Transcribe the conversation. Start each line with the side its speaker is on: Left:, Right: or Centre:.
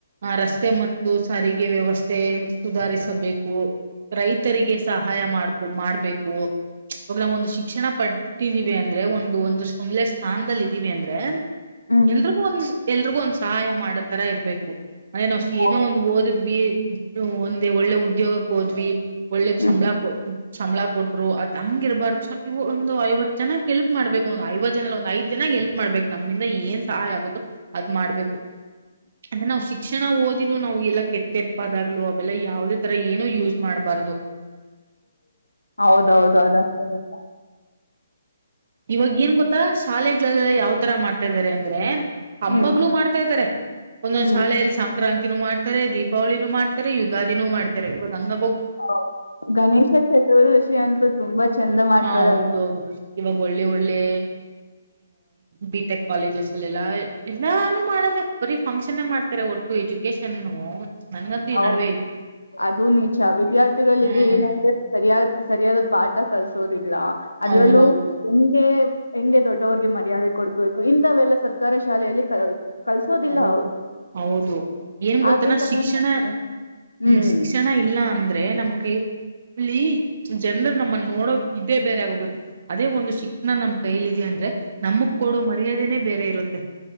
Right: ರಸ್ತೆ ಮತ್ತು ಸಾರಿಗೆ ವ್ಯವಸ್ಥೆ ಸುಧಾರಿಸಬೇಕು ರೈತರಿಗೆ ಸಹಾಯ ಮಾಡ್ಕೊ ಮಾಡ್ಬೇಕು ಅವಾಗ ನಾವವುೊಂದು ಶಿಕ್ಷಣ ಪಟ್ಟಿದ್ದೀವಿ ಅಂದ್ರೆ ಒಂದು ಒಂದು ಸಂದೆ ಸ್ಥಾನದಲ್ಲಿ ಇದ <unintelligible> ವವಿ ಅಂದ್ರೆ
Left: ಹ್ಮ್
Right: ಎಲ್ರಿಗೂ ಒಂದ ಎಲ್ರಿಗೂ ಒಂದ್ ಸಹಾಯ ಮಾಡೊ ತರ ಇರ್ಬೇಕು ಅದೇ ನಾವವು ಏನೋ
Left: ಹೌದು
Right: ಒಂದು ಓದಿದ್ವಿ ಒಂದು ಒಳ್ಳೆ ಉದ್ಯೋಗಕ್ಕೆ ಹೋದ್ವಿ ಒಳ್ಳೆ
Left: ಹ್ಮ್
Right: ಸಂಬ್ಳ ಕೊಟ್ರ ಅದ್ ಹಂಗ ಇರಬಾರ್ದ ಸ ಇವು ಒಂದು ಐವತ್ತು ಜನ ಹೆಲ್ಪ್ ಮಾಡ್ಬೇಕು ಒಂದು ಐವತ್ತು ಜನಲ್ಲಿ ಒಂದು ಐದ ಚೆನ್ನಾಗ್ ಎಲ್ಪ್ ಮಾಡ್ಬೇಕು ನಮಿಂದ ಏನ್ ಸಹಾಯ ಆಗುತ್ತೋ ಅದ್ ಮಾಡ್ಬೇಕು ಅಂದ್ರೆ ನಾವವು ಶಿಕ್ಷಣ ಓದಿನೂ ನಾವು ಎಲ್ಲಾ ಕೆಟ್ಟ ಕೆಟ್ ಪದಾಗ್ಲೂ ಅವೆಲ್ಲಾ ಯಾವ್ದೇ ತರ ಏನೋ ಯೂಸ್ ಮಾಡ್ಬಾರ್ದ
Left: ಹೌದೌದು ಅದಂತ ನಿಜ
Right: ಇವಾಗ ಏನ್ ಗೊತ್ತಾ ಶಾಲೆಗೆ ಯಾವ ತರ ಮಾಡ್ತಾ ಇದಾರೆ ಅಂದ್ರೆ ಹಬ್ಬಗ್ಗಳುೂ
Left: ಹ್ಮ್
Right: ಮಾಡ್ತಾ ಇದ್ದಾರೆ ಒಂದೊಂದ್
Left: ಹ್ಮ್
Right: ಶಾಲೆಯಲ್ಲಿ ಸಂಕ್ರಾಂತಿ ಮಾಡ್ತಾರೆ ದೀಪಾವಳಿನ ಮಾಡ್ತಾರೆ ಯುಗಾದಿನೂ ಮಾಡ್ತಾರೆ ಇವಾಗ ಅಂಗ
Left: ಹೌ ಗಣೇಶ ಚತುರ್ದಶಿ ಅಂತೂ ತುಂಬಾ ಚಂದ ಮಾಡ್ತಾರರು
Right: ಹ ಹೌದೌದು
Left: ಅಲ್ವಾ
Right: ಇವಾಗ ಒಳ್ಳೆ ಒಳ್ಳೆ ಬಿ ಟೆಕ್ ಕಾಲೇಜಸ್ ಅಲ್ಲೆಲ್ಲ ಎಲ್ಲಾರು ಮಾಡದೆ ಬರೀ ಫಂಕ್ಷನ್ ಮಾಡ್ತಾರೆ ಒಟ್ಟು ಎಜುಕೇಶನ್ ನನ್ಗಂತೂ ಈ
Left: ಹೌದು
Right: ನಡುವೆ
Left: ಅದು ನಿಜ ವಿದ್ಯಾರ್ಥಿಗಳಿಗೆ
Right: ಹ್ಮ್
Left: ಏನಂದ್ರೆ ಸರಿಯಾದ ಸರಿಯಾದ ಪಾಠ ಕಳ್ಸೋದು ಅದ್ರಲ್ಲೂ
Right: ಹೌದೌದು
Left: ನಿಮಗೆ ಹೆಂಗೆ ದೊಡ್ಡವ್ರಿಗೆ ಮರ್ಯಾದೆ ಕೊಡ್ಬೇಕು ಇಂಥವೆೆಲ್ಲಾ ಸರ್ಕಾರಿ ಶಾಲೆಯಲ್ಲಿ ಕಲ್ಸೋದಿಲ್ಲ
Right: ಹೌದು
Left: ಅವ್ರು
Right: ಹೌದು ಏನ್ ಗೊತ್ತನಾ
Left: ಆದ್ರಿಂದ
Right: ಶಿಕ್ಷಣ
Left: ಏನಾಗ್ತದೆ ಹ್ಮ್
Right: ಹ್ಮ ಶಿಕ್ಷಣ ಇಲ್ಲ ಅಂದ್ರೆ ನಮ್ ಕೈಲ್ಲಿ ಜನರು ನಮ್ಮನ್ನ ನೋಡೋ ಇದೇ ಬೇರೆ ಆಗೋಗುತ್ತೆ ಅದೇ ಒಂದು ಶಿಕ್ಷಣ ನಮ್ ಕೈಯಲ್ಲಿದೆ ಅಂದ್ರೆ ನಮಕ್ ಕೊಡೋ ಮರ್ಯಾದೆನೇ ಬೇರೆ ಇರುತ್ತೆ